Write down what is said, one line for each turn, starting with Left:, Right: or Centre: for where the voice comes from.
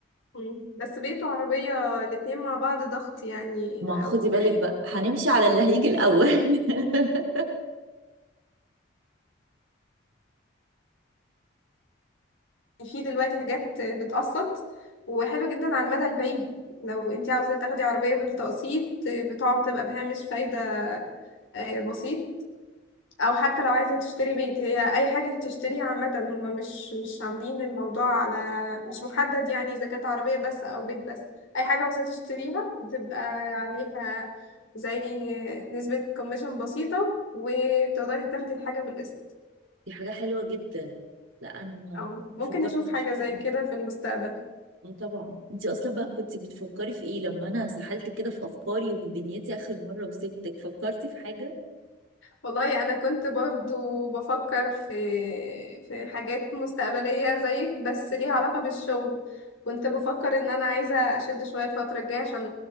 Left: مم. بس بيت وعربية الاتنين مع بعض ضغط يعني
Right: ما خدي
Left: او
Right: بالك
Left: يعني
Right: بقى هنمشي على اللي هيجي الأول <laughs>
Left: في دلوقتي حاجات بتقسط وحلو جدا على المدى البعيد لو انتي عاوزة تاخدي عربية بالتقسيط بتقوم تبقى بهامش فايدة آه، بسيط او حتى لو عايزه تشتري بيت هي اي حاجه هتشتريها عامه هم مش مش عاملين الموضوع على مش محدد يعني اذا كانت عربيه بس او بيت بس اي حاجه عاوزه تشتريها بتبقى عليها زي نسبه كوميشن بسيطه وبتقدري تاخدي الحاجه بالقسط
Right: دي حاجة حلوة جدا لا أنا
Left: او
Right: ما
Left: ممكن
Right: فكرتش
Left: نشوف حاجه زي
Right: كده
Left: كده في المستقبل
Right: اه طبعا انت أصلا بقى كنت بتفكري في ايه لما أنا سحلت كده في أفكاري ودنيتي آخر مرة وسبتك فكرتي في حاجة
Left: والله انا كنت برضو بفكر في في حاجات مستقبليه زيك بس ليها علاقه بالشغل كنت بفكر ان انا عايزه اشد شويه الفتره الجايه عشان